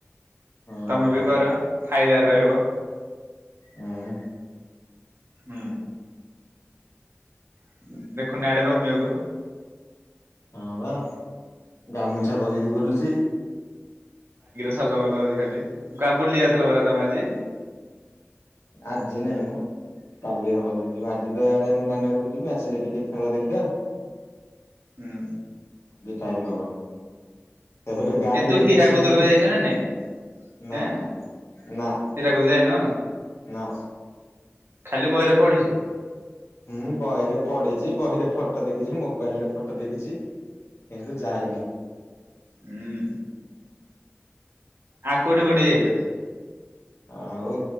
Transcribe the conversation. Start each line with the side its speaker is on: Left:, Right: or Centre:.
Left: ଓହୋ
Right: ତମେ ବି କର। ଫାଇଦାର ରହିବ।
Left: ହଁ।
Right: ହୁଁ। <inaudible> ଦେଖୁନ ଆଡେ ରୋମିଅକୁ
Left: ହଁ ବା ଗାମୁଛା ପକେଇକି ବୁଲୁଚି।
Right: ଭଲ ଭଲ ଆଜି ଖାଲି କା ବୁଲି ଯାଉଥିଲ ପରା ତମେ ଆଜି?
Left: ଆଜି ନାଇଁ ମ କାଲି ହବ ଯଦି। ଯ ଆଜି ତ ଆଡେ ମୁଁ ନାନୀ ଘରକୁ ଯିବି ଆସିଲେ ଟିକେ ଖେଳ ଦେଖିବା।
Right: ହୁଁ।
Left: ଟାଇମ୍ ହେବ ନି। ସେତବେ ଗାଡି
Right: ଏ ତୁ
Left: ନେଇକି
Right: ହୀରାକୁଦ
Left: ଆସିଲାଣି
Right: କେବେ ଯାଇଛୁ ନା ନାଇଁ?
Left: ନା
Right: ଏଁ
Left: ନା ନା
Right: ହୀରାକୁଦ ଯାଇନୁ
Left: ନା।
Right: ଖାଲି ବହିରେ ପଢିଛୁ।
Left: ହୁଁ ବହିରେ ପଡିିଚି ବହିରେ ଫ ଫଟୋ ଦେଖିଛି ମୋବାଇଲ ରେ ଫଟୋ ଦେଖିଛି। ନ୍ତୁ ଯାଇନି
Right: ହୁଁ। ଆଉ କୋଉଠି କୋଉଠି ଯାଇଛୁ?
Left: ଆଉ